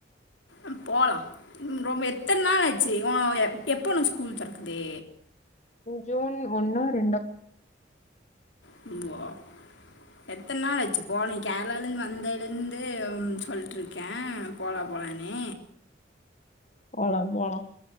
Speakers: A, on the left; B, on the left.
A: ம் போலா ம் ரொம்ப எத்தன் நாள் ஆச்சு உ எப் எப்ப உனக்கு ஸ்கூல் தெறக்குது
B: ஜூன் ஒன்னோ ரெண்டோ
A: <unintelligible> எத்தன் நாள் ஆச்சு போன நீ கேரளாலர்ந் வந்தலிர்ந்து சொல்லிட்ருக்கே போலா போலானு
B: போலா போலா